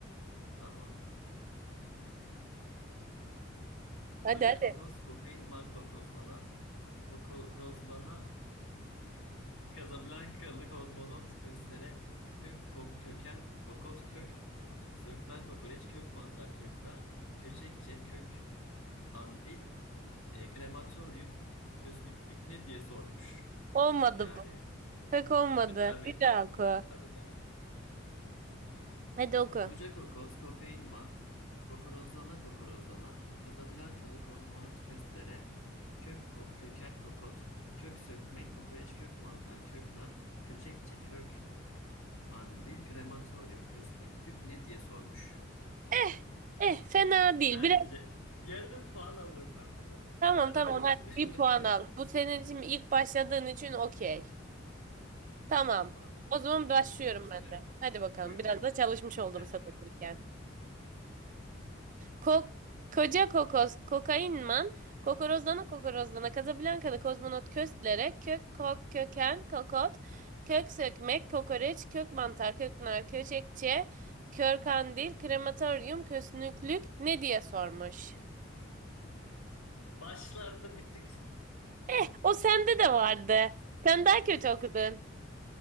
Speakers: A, on the left; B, on the right.
A: Tamam.
B: Hadi
A: Koca
B: hadi.
A: kokoz, kokain man kokozlana, kokorozlana, Kazablankalı kozmonot köstere, kök kok köken, kokot kök, sökmen kokoreç, kök mantar, köknar, köçekçe, kök andil, e, krematoryum, kösnüklük ne diye sormuş.
B: Olmadı
A: Yani
B: bu. Pek olmadı.
A: ve tabii,
B: Bir daha oku.
A: tabii tabii.
B: Hadi oku.
A: Koca kokoz, kokainman, kokorozlana kokorozlana, Kazablankalı kozmonot köstlere, kök kok, köken kokot, kök sökmek, kokoreç, kök mantar, kök nar, köçekçe, kök andil, krematoryum, kösnüklük ne diye sormuş.
B: Eh eh fena değil.
A: Bence
B: Biraz
A: yarım puan alırım ben buradan.
B: tamam
A: Ben
B: tamam
A: öyle
B: hadi
A: düşünüyorum.
B: bir puan al.
A: <laughs>
B: Bu senin için ilk başladığın için okey. Tamam.
A: Tamam,
B: O zaman başlıyorum
A: dinliyorum seni.
B: ben de. Hadi bakalım.
A: Buyur,
B: Biraz da çalışmış oldum
A: hadi
B: sen
A: bakalım.
B: okurken. Ko koca kokos kokainman kokorozlana kokorozlana Casablancalı kozmonot köstlere kök kok köken kokot kök sökmek kokoreç kök mantar köknar köçekçe kör kandil krematoryum kösnüklük ne diye sormuş.
A: Başlarda bir tık,
B: Eh, o sende de vardı.
A: bir,
B: Sen daha
A: bir
B: kötü
A: tık
B: okudun.